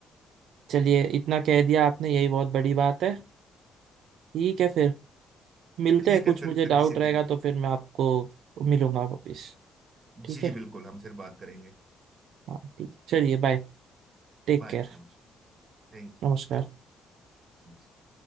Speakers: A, on the right; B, on the right.
A: चलिए इतना कह दिया आपने यही बहुत बड़ी बात है ठीक है फिर मिलते
B: ठीक
A: हैं कुछ
B: है फिर
A: मुझे
B: फिर
A: डाउट
B: किसी
A: रहेगा
B: दिन
A: तो फिर मैं आपको मिलूंगा वापिस ठीक
B: जी
A: है
B: बिल्कुल हम फिर बात करेंगे
A: हाँ ठीक चलिए बाय Take
B: बाय
A: care
B: नमस्कार Thank
A: नमस्कार
B: you